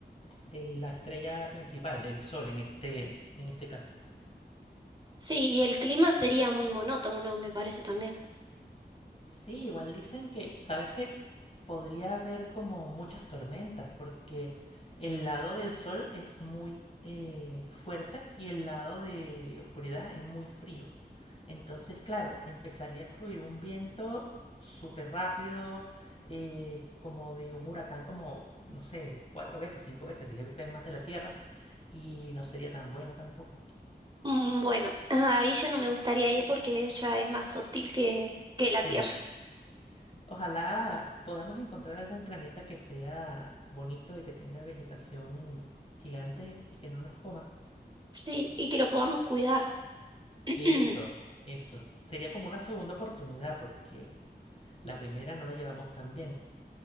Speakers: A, on the left; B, on the right.
A: de la estrella principal, del Sol en este, en este caso.
B: sí, y el clima sería muy monótono, ¿no? me parece también.
A: Sí, igual dicen que, ¿sabes qué? Podría haber como muchas tormentas porque el lado del sol es muy eh, fuerte y el lado de oscuridad es muy frío. Entonces, claro, empezaría a fluir un viento súper rápido, eh, como de un huracán, como, no sé, cuatro veces, cinco veces, diez veces más de la Tierra y no sería tan bueno tampoco.
B: Mm, Bueno, <laughs> ahí ya no me gustaría ir porque ella es más hostil que, que la
A: Sí.
B: Tierra.
A: Ojalá podamos encontrar algún planeta que sea bonito y que tenga vegetación gigante y que no nos coma.
B: Sí, y que lo podamos cuidar. <clears throat>
A: Eso, eso. Sería como una segunda oportunidad porque la primera no la llevamos tan bien.